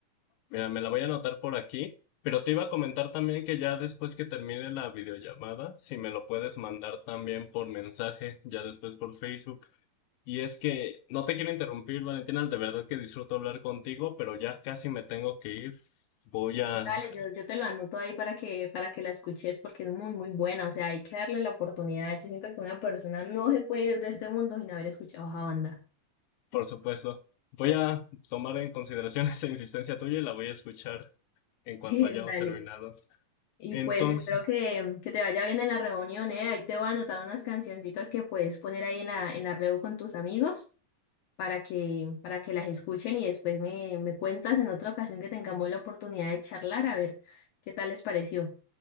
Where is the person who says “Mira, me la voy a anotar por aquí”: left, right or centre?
Left